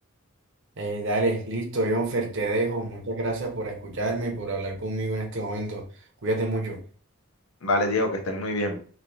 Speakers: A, on the right; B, on the left.
A: Eh, dale, listo, Jonfer, te dejo. Muchas gracias por escucharme y por hablar conmigo en este momento. Cuídate mucho.
B: Vale, Diego, que estén muy bien.